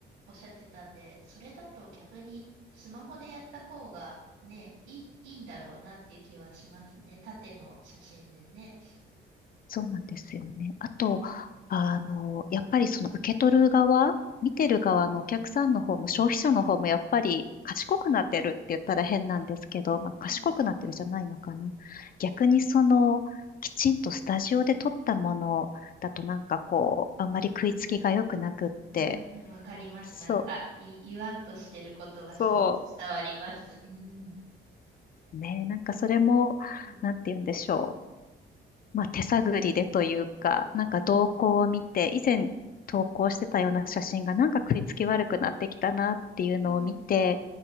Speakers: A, on the right; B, on the left.
A: おっしゃってたんで、それだと逆にスマホでやった方がね、いい、いいんだろうなっていう気はしますね。縦の写真でね。
B: そうなんですよね。あと、あの、やっぱりその受け取る側、見てる側のお客さんの方も消費者の方もやっぱり賢くなってるって言ったら変なんですけど、
A: うん
B: まあ、
A: うん、
B: 賢くなってるじゃないのかな。逆にその、きちんとスタジオで撮ったものだとなんかこう、あんまり食いつきが良くなくって、
A: うんうんわかります。
B: そう、
A: なんか、い、言わんとしてることはすごく伝わります。
B: そ
A: うん。
B: う。ね、なんかそれも、
A: うん。
B: なんて言うんでしょう。まあ手探りでというか、
A: うん。
B: なんか動向を見て、以前投稿してたような写真がなんか食いつき悪くなってきたなっていうのを見て、
A: うん。